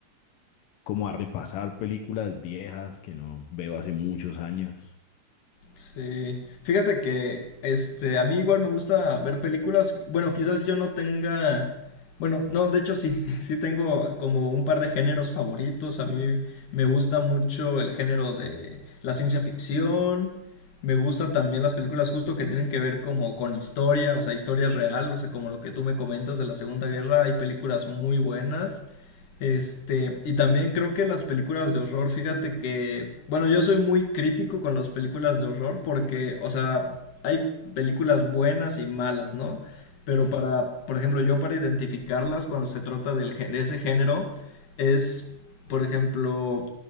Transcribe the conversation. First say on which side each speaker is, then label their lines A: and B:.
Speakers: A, on the left (about 90°); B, on the left (about 75°).
A: como a repasar películas viejas que no veo hace muchos años.
B: Sí, fíjate que este a mí igual me gusta ver películas, bueno, quizás yo no tenga, bueno, no, de hecho sí, <laughs> sí tengo como un par de géneros favoritos, a mí me gusta mucho el género de la ciencia ficción, me gusta también las películas justo que tienen que ver como con historia, o sea, historia real, o sea, como lo que tú me comentas de la Segunda Guerra, hay películas muy buenas. Este, y también creo que las películas de horror, fíjate que, bueno, yo soy muy crítico con las películas de horror porque, o sea, hay películas buenas y malas, ¿no? Pero
A: Sí,
B: para, por ejemplo, yo para identificarlas cuando se trata del, gé- de ese género es, por ejemplo,